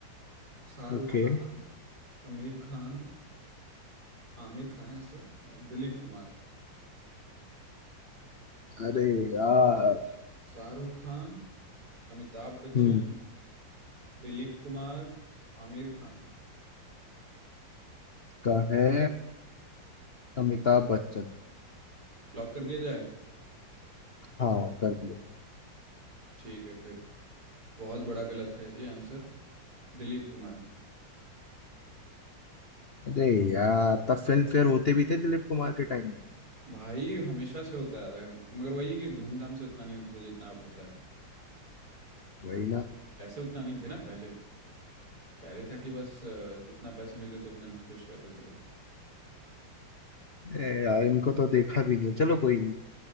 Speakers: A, on the right; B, on the left.
A: शाहरुख
B: ओके
A: खान आमिर खान आमिर खान ऐसे दिलीप कुमार
B: अरे यार
A: शाहरुख खान अमिताभ बच्चन
B: हम्म
A: दिलीप कुमार आमिर खान
B: का है अमिताभ बच्चन
A: लॉक कर दिया जाए
B: हाँ कर दिया मैंने।
A: ठीक है फिर बहुत बड़ा गलत है ये आंसर दिलीप कुमार
B: अरे यार तब फिल्म फेयर होते भी थे दिलीप कुमार के टाइम में
A: भाई हमेशा से होता आ रहा है मगर वही है कि धूमधाम से उतना नहीं होता था जितना अब होता है
B: वही ना
A: पैसे उतना नहीं थे ना पहले पहले था कि बस अ, जितना पैसे मिलते थे उतने में खुश रहते थे लोग
B: ए यार इनको तो देखा भी नहीं चलो कोई नहीं